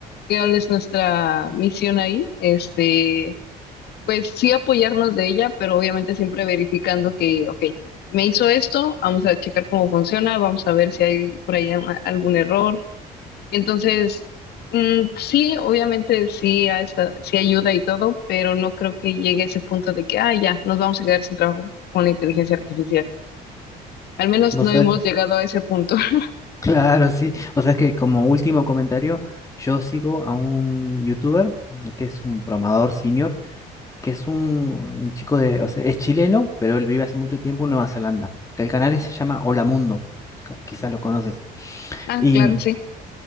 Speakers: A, on the left; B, on the left.
A: ¿cuál es nuestra misión ahí? Este, pues sí apoyarnos de ella, pero obviamente siempre verificando que, ok, me hizo esto, vamos a checar cómo funciona, vamos a ver si hay por ahí alguna- algún error, Entonces, mm, sí, obviamente sí, a esta- sí ayuda y todo, pero no creo que llegue a ese punto de que, ah, ya, nos vamos a quedar sin trabajo con la inteligencia artificial. Al menos
B: Vos
A: no
B: sabés.
A: hemos
B: <laughs>
A: llegado a ese punto. <laughs>
B: Claro, sí. O sea, es que como último comentario, yo sigo a un youtuber eh, que es un programador senior, que es un, un chico de, o sea, es chileno, pero él vive hace mucho tiempo en Nueva Zelanda. El canal se llama Hola Mundo, ca- quizás lo conoces.
A: Ah,
B: Y
A: claro, sí,